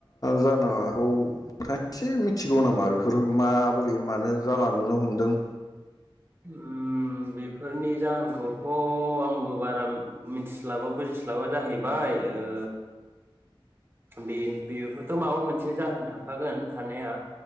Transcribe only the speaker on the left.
जानो हागौ नोंथाङा एसे मिथिगौ नामा बेफोर माबोरै मानो जालांनो हमदों?